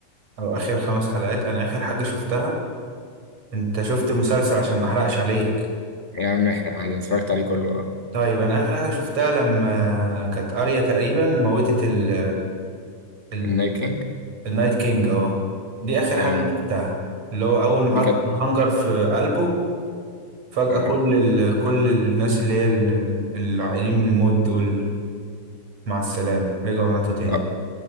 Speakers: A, on the right (about 55°); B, on the left (about 30°).
A: او اخر خمس حلقات انا اخر حاجة شفتها انت شفت المسلسل عشان ما احرقش عليك
B: يا عم احرق عادي أنا اتفرجت عليه كله اه
A: طيب انا اخر حاجة شفتها لما كانت اريا تقريبا موتت ال ال
B: النايكينج
A: النايت كينج اه دي اخر
B: اه
A: حاجة أنا شفتها اللي هو اول ما
B: دي
A: حط
B: كانت
A: الخنجر في قلبه فجأة
B: اه
A: كل ال كل الناس اللي هي ال- ال- العائلين من الموت دول مع السلامة رجعوا ماتوا تاني
B: طب-